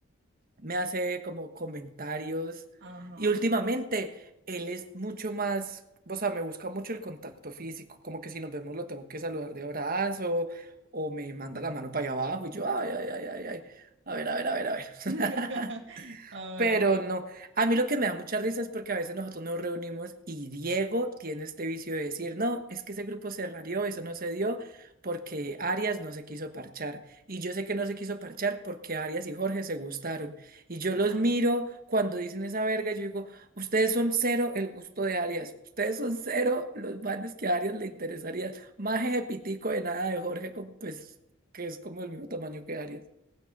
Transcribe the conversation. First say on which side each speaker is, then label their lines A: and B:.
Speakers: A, on the right; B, on the right.
A: me hace como comentarios
B: Ajá.
A: y últimamente él es mucho más, o sea, me busca mucho el contacto físico, como que si nos vemos lo tengo que saludar de abrazo o me manda la mano para allá abajo y yo, ay, ay, ay, ay, ay, a ver, a ver, a ver, a ver. <laughs>
B: <laughs> Ay,
A: Pero no, a mí lo que me da mucha risa es porque a veces nosotros nos reunimos y Diego tiene este vicio de decir, no, es que ese grupo se rarió, eso no se dio porque Arias no se quiso parchar. Y yo sé que no se quiso parchar porque Arias y Jorge se gustaron. Y yo los
B: ah.
A: miro cuando dicen esa verga, y yo digo, ustedes son cero el gusto de Arias, ustedes son cero los manes que a Arias le interesaría. más de pitico de nada de Jorge, con- pues que es como el mismo tamaño que Arias.